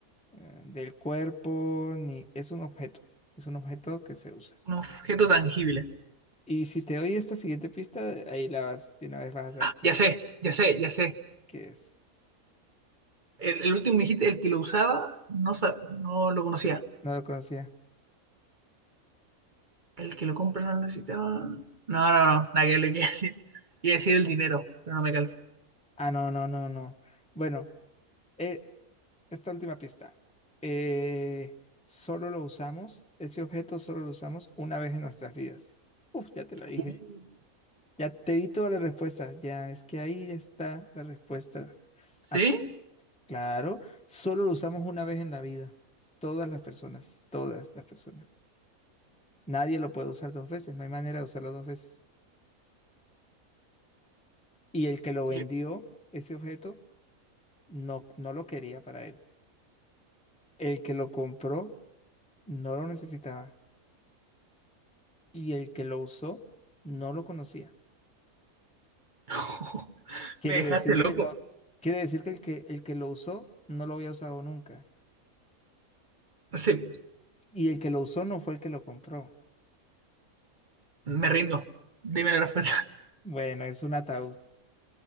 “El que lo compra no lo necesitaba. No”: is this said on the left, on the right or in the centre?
Right